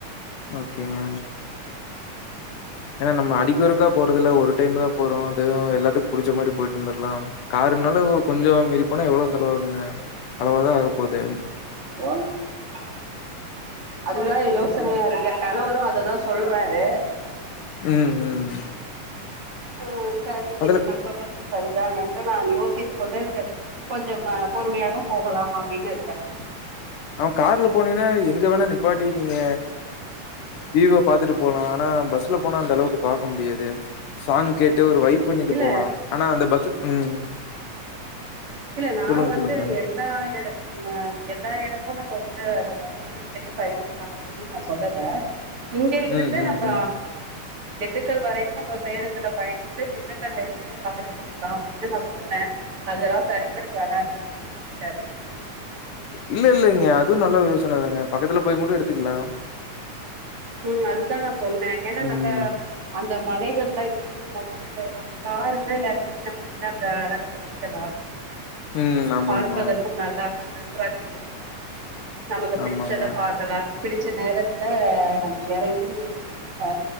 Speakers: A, on the left; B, on the right.
A: ஓகேங்க ஏன்னா நம்ம அடிக்கு ஒருக்கா போறதுல ஒரு டைம் தா போறோ அது எல்லாத்துக்கு புடிச்ச மாரி போயிட்டு வந்துர்லா கார் ன்னாலு கொஞ்ச மீறிப்போனா எவ்ளோ செலவாகுங்க அளவா தா ஆகப்போது
B: வாங்க அ அதுதா யோசனையா இருக்கு கணவரு அததா சொல்றாரு
A: ம் ம்
B: ம் சரி
A: அதுல
B: நீங்கள் சொன்னது சரிதான் என்று நான் யோசித்து கொண்டு சரி கொஞ்சம் பொறுமையாக போகலாம் அப்டின்னு இருக்க
A: ஆ கார்ல போனீங்கன்னா எங்க வேணா நிப்பாட்டி நீங்க வீவ பாத்துட்டு போலா ஆனா பஸ் போனால் அந்த அளவுக்கு பாக்க முடியாது சாங் கேட் டு ஒரு வைப் பண்ணிட்டு
B: இல்ல
A: போலா ஆனா அந்த பஸ்ஸு ம்
B: இல்ல நா
A: சொல்லுங்க
B: வந்து
A: சொல்லுங்க
B: எல்லா எடம் எல்லா எடம் நம்ம வந்து அத பேருந்துலயே பயணிக்கலா அப்டின்னு நா சொல்லல இங்க இருந்து
A: ம் ம்
B: நம்ப
A: ம்
B: திண்டுக்கல் வரையும் நம்ம பேணத்துல பயணிச்சுட்டு திண்டுக்கல்ல இருந்து காரு எடுத்துக்கலாம் அப்டின்னு நா சொன்னே அதெல்லா சரிப்பட்டு வராது அப்டின்னு சொல்லிட்டாரு அவுரு
A: இல்ல இல்ல இங்க அதுவும் நல்ல யோசன தாங்க பக்கத்துல போய கூட எடுத்துக்லா
B: ம் அதுதா நா சொன்னே ஏன்னா
A: ம்
B: நம்ம அந்த மலைகள்லா ஏறும்போது து நம்ம காருன்னா எறங்கி நம்ம நின்று அந்த அழக ரசிக்கலா
A: ம் ஆமாமா
B: பார்ப்பதற்கும் நல்லாக நன் றாக இருக்கும் நமக்கு
A: ஆமாங்க
B: பிடிச்சதை பார்க்கலா பிடிச்ச நேரத்துல நம்ம எறங்கி அ